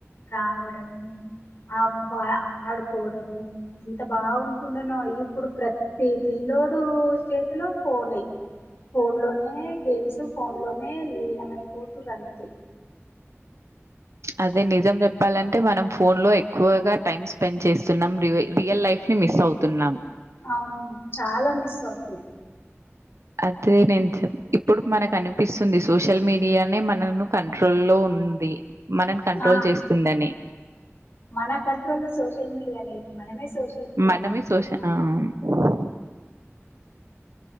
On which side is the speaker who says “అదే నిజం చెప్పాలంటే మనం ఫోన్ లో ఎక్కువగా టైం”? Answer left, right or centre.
Right